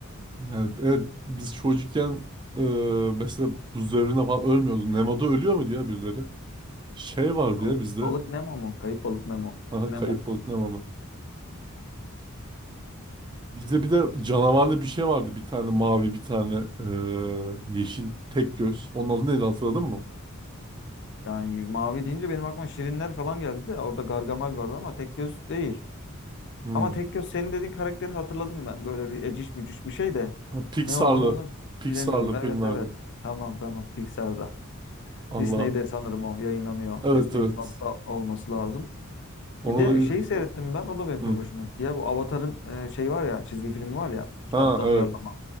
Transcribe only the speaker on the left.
Balık,
balık Nemo mu? Kayıp balık Nemo.
Nemo.
Yani mavi deyince benim aklıma şirinler falan geldi de orada Gargamel vardı ama tek göz değil.
Ama tek göz senin dediğin karakteri hatırladım ben. Böyle bir eciş bücüş bir şey de.
Ne olduğunu onu
bilemiyorum. Evet
evet. Tamam tamam. Pixar'da.
Disney'de sanırım o yayınlanıyor.
Disney
Plus'ta olması lazım.
Bir de
şeyi seyrettim ben. O da benim
çok hoşuma gitti ya. Bu Avatar'ın e, şey var ya. Çizgi filmi var ya. Kitaptan
uyarlama.